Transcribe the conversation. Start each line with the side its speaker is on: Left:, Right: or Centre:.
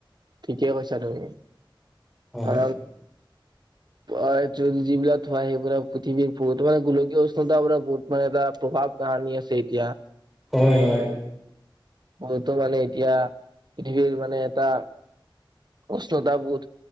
Right: ঠিকেই কৈছা তুমি।
Centre: হয়
Right: অ অ যদি যিবিলাক ধ হয় সেইব পৃথিৱীৰত মান গোলকীয় উষ্ণতা বোৰত মানে এটা প্ৰভাৱ তান আছে। এতিয়া
Centre: হয় হয়
Right: বহুতো মানে এতিয়া পৃথিৱীৰ মানে এটা উষ্ণতাবোধ।